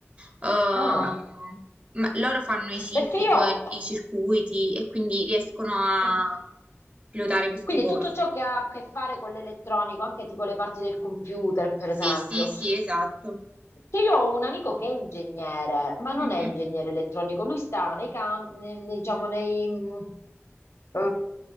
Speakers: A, on the right (about 30°); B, on the left (about 70°).
A: ehm,
B: Ah,
A: ma loro fanno i chip,
B: perché
A: i
B: io
A: co- i circuiti e quindi riescono a
B: Ah.
A: pilotare queste
B: Quindi
A: cose.
B: tutto ciò che ha a che fare con l'elettronico, anche tipo le parti del computer, per
A: Sì,
B: esempio.
A: sì, sì, esatto.
B: Perché io ho un amico che è ingegnere, ma non
A: Mhm.
B: è ingegnere elettronico, lui sta nei campi, diciamo, nei, mh, eh,